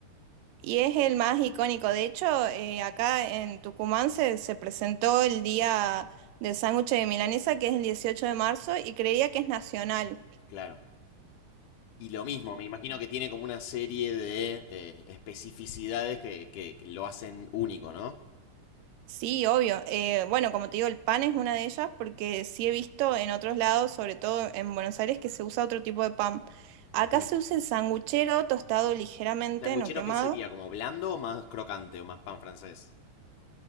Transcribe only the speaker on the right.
y es el más icónico. De hecho, eh, acá en Tucumán se, se presentó el día del sándwich de milanesa, que es el 18 de marzo, y creía que es nacional.
Sí, obvio. Eh, bueno, como te digo, el pan es una de ellas porque sí he visto en otros lados, sobre todo en Buenos Aires, que se usa otro tipo de pan. Acá
se usa el sanguchero tostado ligeramente,
no quemado.